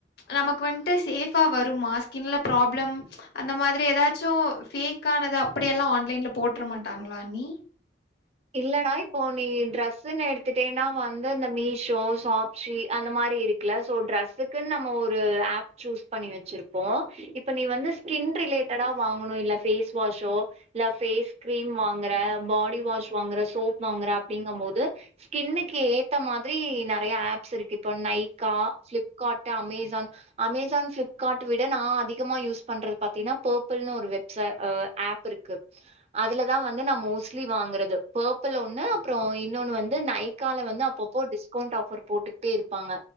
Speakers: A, on the left; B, on the right.
A: நமக்கு வன்ட்டு சேஃபா வருமா ஸ்கின்ல ப்ராப்ளம் அந்த மாத்ரி ஏதாச்சு ஃபேக்கானது அப்டியல்லா ஆன்லைன்ல போட்ர மாட்டாங்களா அண்ணி
B: இல்லடா இப்போ நீ ட்ரெஸ்சுன் எடுத்துட்டேனா வந்து அந்த மீஷோ ஷாப் சி அந்த மாரி இருக்குல சோ ட்ரெஸுக்குன் நம்ம ஒரு ஆப் சூஸ் பண்ணி வெச்சிருப் போ இப்ப நீ வந்து ஸ்கின் ரிலேட்டடா வாங்கணு இல்ல ஃபேஸ் வாஷோ இல்ல ஃபேஸ் கிரீம் வாங்கற பாடி வாஷ் வாங்கற சோப் வாங்கற அப்டிங்கும் போது ஸ்கின்னுுக்கு ஏத்த மாத்ரி நெறைய ஆப்ஸ் இருக்கு இப்போ நைக்கா ஃப்ளிப்கார்ட்டு அமேஜான் அமேஜான் ஃப்ளிப்கார்ட்டு விட நா அதிகமா யூஸ் பண்றது பாத்தீன்னா பர்பிள் ஒரு வெப்ச அ ஆப் ப் இருக்கு அதுலதா வந்து நா மோஸ்ட்லி வாங்குறது பர்பிள் ஒண்ணு அப்புறோ இன்னொன்னு வந்து நைக்கால வந்து அப்பப்போ டிஸ்கவுண்ட் ஆஃபர் போட்டுக்ட்டே இருப்பாங்க